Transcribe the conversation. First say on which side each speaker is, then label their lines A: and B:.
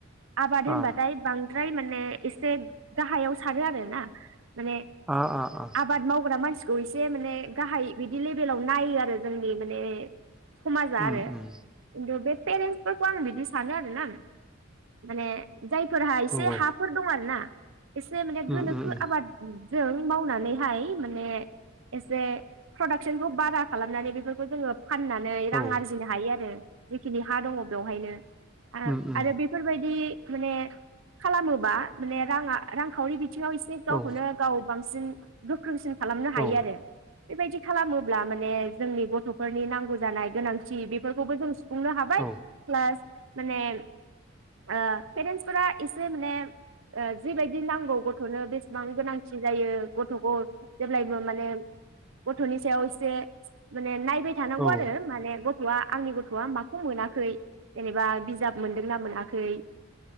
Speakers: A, on the right; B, in the centre.
A: आबाद होनबाथाय
B: आ
A: बां ओमफ्राय माने एसे गाहायाव सानो आरोना माने
B: आ आ आ
A: आबाद मावग्रा मानसिखौ एसे माने गाहाय बिदि लेबेलाव नायो आरो जोंनि माने समाजा
B: उम
A: आरो
B: उम
A: खिन्थु बे पेरेन्सफोरखौ आं बिदि सानो आरोना माने जायफोरहा एसे
B: नंगौ
A: हाफोर दङ आरोना। एसे माने
B: उम
A: गोनोखो
B: उम उम
A: आबाद जों मावनानैहाय माने एसे प्रडाक्सनखौ बारा खालामनानै बेफोरखौ जोङो। फाननानै रां
B: औ
A: आरजिनो हायो आरो। जिखिनि हा दङ बेवहायनो।
B: उम उम
A: आरो बेफोरबायदि माने खालामोबा माने राङा रांखावरि बिथिङाव एसे गावखौनो
B: औ
A: गाव बांसिन गोख्रोंसिन खालामनो हायो
B: औ
A: आरो। बेबायदि खालामोब्ला माने जोंनि गथ फोरनि नांगौ जानाय गोनांथि बेफोरखौबो जों सुफुंनो हाबाय
B: औ
A: प्लास माने ओ पेरेन्सफोरा एसे माने ओ जिबायदि नांगौ गथनो बेसेबां गोनांथि जायो गथखौ जेब्लायबो माने गथनि सायाव एसे माने नायबाय थानांगौ
B: औ
A: आरो माने गथ आ आंनि गथआ माखौ मोनाखै जेनेबा बिजाब मोनदोंना मोनाखै